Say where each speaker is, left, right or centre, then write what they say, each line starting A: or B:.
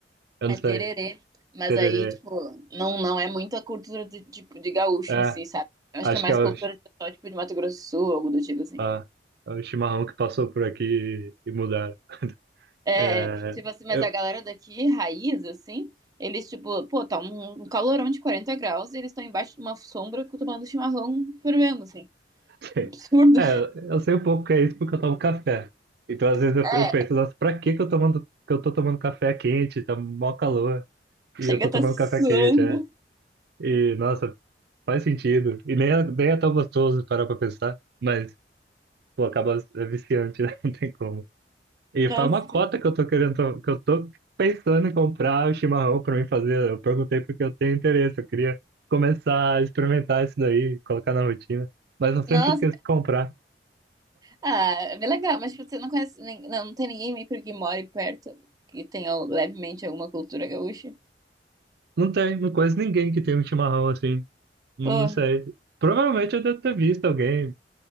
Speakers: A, on the right (about 65°); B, on the right (about 20°).
A: Eu
B: É
A: não sei.
B: tererê. Mas
A: Tererê.
B: aí, tipo, não, não é muita cultura de, tipo, de gaúcho
A: É,
B: em si, sabe? Eu acho
A: acho
B: que é mais
A: que é o,
B: cultura
A: chi-
B: de pessoal, tipo, de Mato Grosso do Sul, algo do tipo assim.
A: ah, é o chimarrão que passou por aqui e, e mudaram.
B: É,
A: É,
B: tipo assim, mas
A: eu,
B: a galera daqui, raiz, assim, eles, tipo, pô, tá um, um calorão de 40 graus e eles estão embaixo de uma sombra tomando chimarrão fervendo, assim.
A: <laughs>
B: Absurdo.
A: é, eu sei um pouco que é isso porque eu tomo café. Então, às
B: <laughs>
A: vezes, eu,
B: É,
A: eu penso, nossa, pra que que eu tomando, que eu tô tomando café quente? Tá mó calor. E
B: chega
A: eu tô
B: a tá
A: tomando
B: suando.
A: café quente, é. E, nossa, faz sentido. E nem, é- nem é tão gostoso parar pra pensar. Mas, pô, acaba é viciante, né? <laughs> Não tem como. E
B: Nossa,
A: faz uma cota que eu tô querendo, que eu tô pensando em comprar o chimarrão pra mim fazer. Eu perguntei porque eu tenho interesse, eu queria começar a experimentar isso daí, colocar na rotina. Mas eu sempre
B: nossa.
A: esqueço de comprar.
B: Ah, é bem legal, mas tipo, você não conhece, nem- não, não tem ninguém meio que more perto que tenha levemente alguma cultura gaúcha.
A: Não tem, não conheço ninguém que tem um chimarrão assim. Não,
B: Pô,
A: não sei. Provavelmente eu devo ter visto alguém